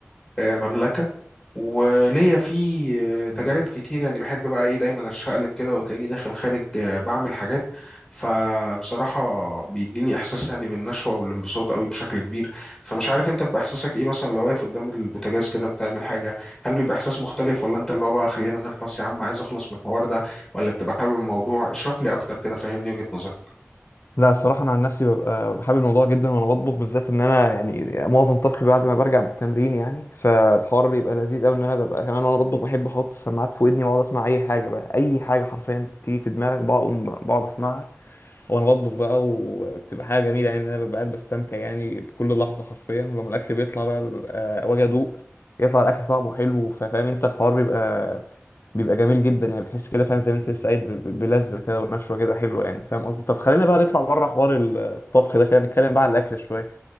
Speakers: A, on the left; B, on the left.
A: آه، مملكه وليا في
B: مم.
A: تجارب كتير يعني بحب بقى ايه دايما اشقلب كده وتلاقيني داخل خارج بعمل حاجات فبصراحة بيديني احساس يعني بالنشوة والانبساط قوي بشكل كبير فمش عارف انت بيبقى احساسك ايه مثلا لو واقف قدام البوتاجاز كده بتعمل حاجة هل بيبقى احساس مختلف ولا انت اللي هو بقى خلينا نخلص يا عم عايز اخلص من الحوار ده ولا بتبقى حابب الموضوع اشرح لي اكتر كده فهمني وجهة نظرك
B: لا الصراحه انا عن نفسي ببقى بحب الموضوع جدا وانا بطبخ بالذات ان انا يعني معظم طبخي بعد ما برجع من التمرين يعني فالحوار بيبقى لذيذ قوي ان انا ببقى كمان وانا بطبخ بحب احط السماعات في ودني واقعد اسمع اي حاجه بقى اي حاجه حرفيا تيجي في دماغك بقوم بقعد اسمعها وانا بطبخ بقى وبتبقى حاجه جميله يعني انا ببقى قاعد بستمتع يعني بكل لحظه حرفيا ولما الاكل بيطلع بقى ببقى واجي ادوق يطلع الاكل طعمه حلو فاهم انت الحوار بيبقى بيبقى جميل جدا يعني بتحس كده فعلا زي ما انت لسه قايل ب- ب- بلذه كده ونشوه كده حلوه يعني فاهم قصدي طب خلينا بقى نطلع بره حوار الطبخ ده كده نتكلم بقى على الاكل شويه